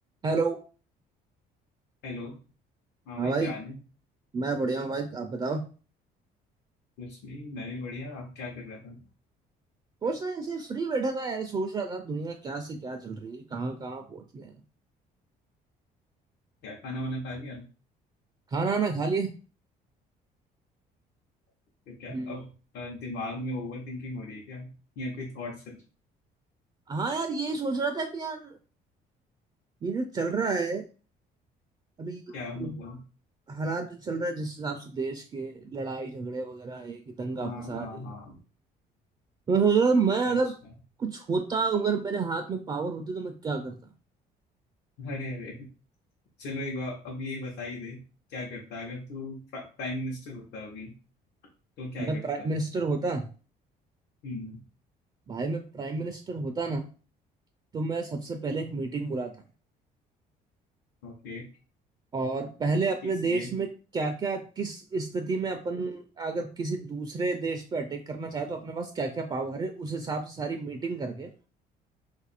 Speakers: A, on the right (about 25°); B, on the left (about 75°).
A: Hello
B: Hello हाँ
A: हाँ
B: भाई
A: भाई
B: क्या हाल है
A: मैं बढ़िया हूँ भाई आप बताओ
B: कुछ नहीं मैं भी बढ़िया आप क्या कर रहा था
A: कुछ नहीं ऐसे फ्री बैठा था यार सोच रहा था दुनिया क्या से क्या चल रही है कहाँ कहाँ पहुंच गए हैं।
B: क्या खाना वाना खा लिया
A: खाना वाना खा लिया
B: तो क्या
A: हम्म
B: अब अ, दिमाग में ओवर थिंकिंग हो रही है क्या या कोई थॉट्स है
A: हाँ यार ये सोच रहा था कि यार ये जो चल रहा है अभी
B: क्या मतलब
A: ये हालात जो चल रहा है जिस हिसाब से देश के लड़ाई झगड़े वगैरह है कि दंगा
B: हाँ
A: फसाद
B: हाँ
A: है
B: हाँ
A: तो मैं सोच रहा था मैं
B: अच्छा
A: अगर कुछ होता अगर मेरे हाथ में पावर होती तो मैं क्या करता
B: अरे अरे चलो एक बार अब यही बताइए दे क्या करता अगर तू प्राइम मिनिस्टर होता अभी तो क्या
A: मैं
B: करता
A: प्राइम मिनिस्टर होता
B: हम्म
A: भाई मैं प्राइम मिनिस्टर होता ना तो मैं सबसे पहले एक मीटिंग बुलाता
B: ओके
A: और पहले अपने
B: इसलिए
A: देश में क्या क्या किस स्थिति में अपन अगर किसी दूसरे देश पे अटैक करना चाहे तो अपने पास क्या क्या पावर है उस हिसाब से सारी मीटिंग करके